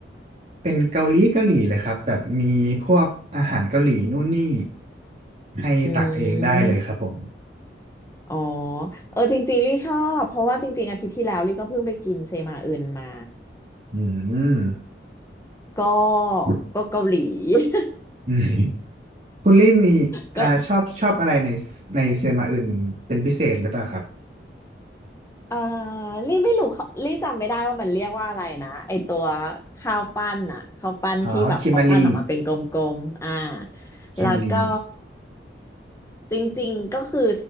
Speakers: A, on the right; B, on the left.
A: เป็นเกาหลีเกาหลีเลยครับแบบมีพวกอาหารเกาหลีนู่นนี่ให้ตักเองได้เลยครับผม
B: อืมอ๋อเออจริงๆลี่ชอบเพราะว่าจริงๆอาทิตย์ที่แล้วลี่ก็เพิ่งไปกินเซมาอึนมา
A: อืม
B: ก็
A: <laughs>
B: ก็เกาหลี <laughs>
A: อืม คุณลี่มีอ่าชอบชอบอะไรในในเซมาอื่นเป็นพิเศษหรือเปล่าครับ
B: ก็ เอ่อลี่ไม่รู้เขาลี่จำไม่ได้ว่ามันเรียกว่าอะไรนะไอตัวข้าวปั้นอะข้าวปั้นที่แบบเขาปั้นออกมาเป็นกลมๆอ่า
A: อ๋อคิมารีคิมารี
B: แล้วก็จริงๆก็คือ